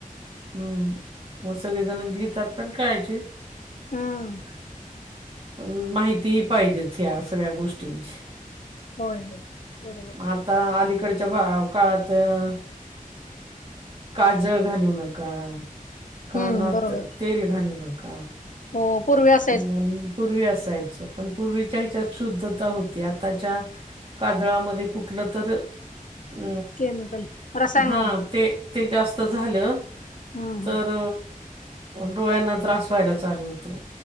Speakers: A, on the right; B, on the left.
A: हम्म मग सगळेजण घेतात पण काळजी
B: हम्म
A: पण माहितीही पाहिजेचं ह्या सगळ्या गोष्टींची
B: होय होय बरोबर.
A: मग आता अलीकडच्या भा काळात अ काजळ घालून नका कानात
B: हम्म बरोबर
A: तेल घालू नका
B: हो पूर्वी असं
A: किंवा पूर्वी असायचं पण पूर्वीच्या ह्याच्यात शुद्धता होती आताच्या काजळामध्ये कुठलं तर अ
B: केमिकल रसायन
A: हा
B: घालतात.
A: ते ते जास्त झालं
B: हा हा हम्म
A: तर डोळ्यांना त्रास व्हायला चालू होतो.